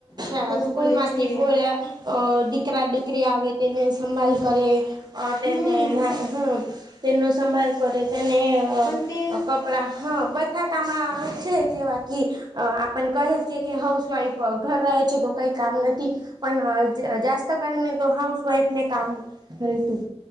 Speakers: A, on the left; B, on the right.
A: કરવું
B: અ સ્કૂલ
A: પડે
B: માંથી
A: છે
B: પોયા અ દીકરા, દીકરી આવે તેને સંભાલ કરે અ તેને
A: હમ
B: હમમ તેનો સંભાળ કરે તેને
A: પણ તે
B: કપડા હા બતા તમા છે જે વાત થી આપણ કહે છે કે હાઉસવાઈફ ઘર રહે છે તો કઈ કામ નથી. પણ જાસ્ત કરીને તો હાઉસ વાઈફ ને કામ હો તું